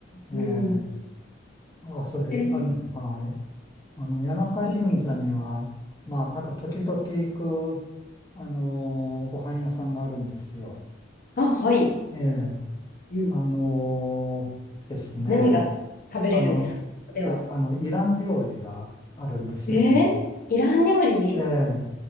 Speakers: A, on the left (about 20°); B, on the left (about 50°).
A: えー
B: うん。
A: あ、それ、
B: で、
A: あの、はい。あの、谷中銀座には、
B: い
A: まあ、なんか時々行く、あのーご飯屋さんがあるんですよ。
B: あ、はい。
A: ええ
B: うん。
A: あのーですね。
B: 何が食べれるんですかでは。
A: あの、すごい、あの、イラン料理があるんですよね。
B: えー、イラン料理
A: ええ。